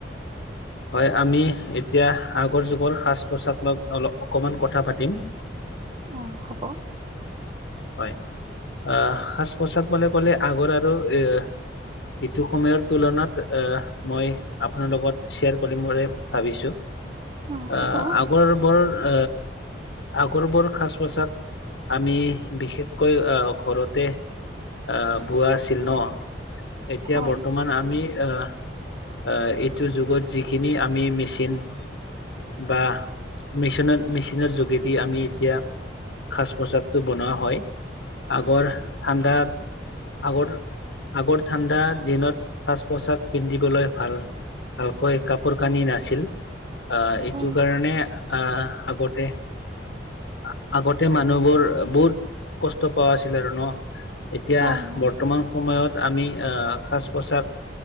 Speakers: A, on the left; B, on the right.
A: - হয় আমি এতিয়া আগৰ যুগৰ সাজ পোছাকলৈ অলপ কমান কথা পাতিম।
B: অঁ হ'ব।
A: হয় আহ সাজ - পোচাক বুলিলে ক'লে আগৰ আৰু এ ইটো সময়ৰ তুলনাত আহ মই আপোনাৰ লগত শ্বেয়াৰ কৰিম বুলি ভাবিছো?
B: অঁ
A: আ
B: হ'ব
A: আগৰ বৰ আ আগৰবোৰ সাজ - পোছাক আমি বিশেষকৈ আহ ঘৰতে আহ বোৱা আছিল ন, এতিয়া
B: হয়
A: বৰ্তমান আমি আ আ এইটো যুগত যিখিনি আমি মেচিন বা মেচিনৰ - মেচিনৰ যোগেদি আমি এতিয়া সাজ - পোছাকটো বনোৱা হয়, আগৰ ঠাণ্ডা আগৰ আগৰ ঠাণ্ডা দিনত সাজ - পোছাক পিন্ধিবলৈ ভাল। ভালকৈ কাপোৰ কানি নাছিল আহ এইটো
B: হয়
A: কাৰণে আ আগতেই আ আগতে মানুহবোৰ বহুত কষ্ট পোৱা আছিল আৰু ন। এতিয়া
B: হয় হয় হয়
A: বৰ্তমান সময়ত আমি আহ সাজ - পোছাক